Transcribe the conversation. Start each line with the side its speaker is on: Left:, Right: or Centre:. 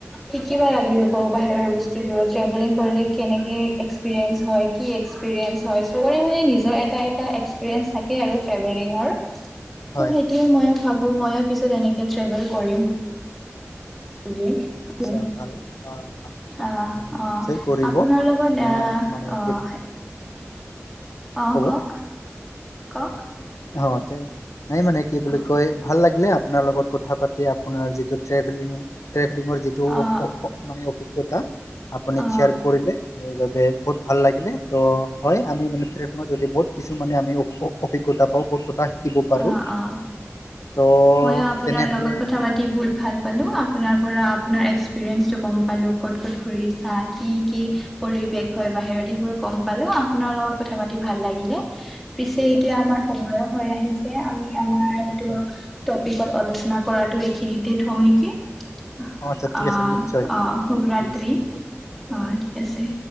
Centre: শিকিবা লাগিব ব বাহিৰৰ বস্তুবোৰত ট্ৰেভেলিং কৰিলে কেনেকে এক্সপিৰিয়েঞ্চ হয় কি এক্সপিৰিয়েঞ্চ হয় সবৰে মানে নিজৰ এটা এটা এক্সপিৰিয়েঞ্চ থাকে আৰু ট্ৰেভেলিং
Left: হয়
Centre: সেইটোয়ে ময় ভাবো ময়ো পিছত এনেকে ট্ৰেভেল কৰিম <unintelligible>
Left: আচ্ছা ভাল আহ ভাল কথা
Centre: আহ
Left: আমি
Centre: অঁ
Left: নিশ্চয় কৰিব
Centre: আপোনাৰ লগত
Left: মানে মানে
Centre: অঁ
Left: কি বুলি
Centre: অঁ
Left: ক'ব
Centre: কওক কওক
Left: অঁ নাই মানে কি বুলি
Centre: অ
Left: কয় ভাল লাগে আপোনাৰ লগত কথা পাতি আপোনাৰ যিটো ট্ৰেভেলিং ট্ৰেভেলিঙৰ যিটো
Centre: অ
Left: মানে অভিজ্ঞতা আপুনি
Centre: অ
Left: শ্বেয়াৰ কৰিলে বহুত ভাল লাগিলে ত' হয় আমি মানে যদি বহুত কিছু মানে আমি অভিজ্ঞতা তাৰ পৰাও বহুত কথা শিকিব পাৰো
Centre: অ অ
Left: ত'
Centre: ময়ো আপোনাৰ
Left: তেনেহ'লে
Centre: লগত কথা পাতি বহুত ভাল পালো আপোনাৰ পৰা আপোনাৰ এক্সপিৰিয়েঞ্চটো গম পালো ক'ত ক'ত ঘুৰিচা কি কি পৰিবেশ হয় বাহিৰত বোৰ গম পালো আপোনাৰ লগত কথা পাতি ভাল লাগিলে পিছে এতিয়া আমাৰ সময়ো হৈ আহিছে আমি আমাৰ সেইটো
Left: হয়
Centre: টপিকত আলোচনা কৰাটো এইখিনিতে থওঁ নেকি অঁ
Left: অ আচ্ছা ঠিক আছে নিশ্চয়
Centre: অঁ শুভৰাত্ৰি
Left: ঠিক আছে হ'ব
Centre: অঁ ঠিক আছে